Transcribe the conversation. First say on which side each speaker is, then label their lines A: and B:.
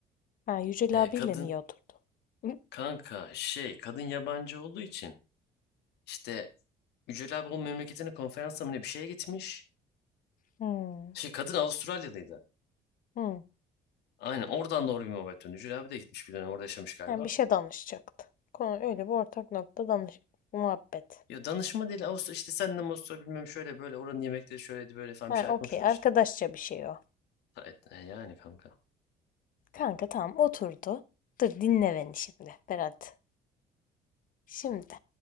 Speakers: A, on the left; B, on the left.
A: Ha, Yücel
B: Ee,
A: abiyle
B: kadın
A: niye oturdu? Hı?
B: kanka şey kadın yabancı olduğu için işte Yücel abi o memleketine konferansa mı ne bir şeye gitmiş.
A: Hmm.
B: Şey kadın Avustralyalıydı.
A: Hmm.
B: Aynen oradan doğru bir muhabbet döndü. Jüri abi de gitmiş bir dönem orada yaşamış galiba.
A: Yani bir şey danışacaktı. Konu öyle bir ortak nokta danış muhabbet.
B: Ya danışma değil Avustra işte senden Avustra bilmem şöyle böyle oranın yemekleri şöyleydi böyle falan
A: Ha,
B: bir şeyler
A: okey.
B: konuştular
A: Arkadaşça
B: işte.
A: bir şey o.
B: Ha, et- e, yani kanka.
A: Kanka tamam oturdu. Dur dinle beni şimdi Berat. Şimdi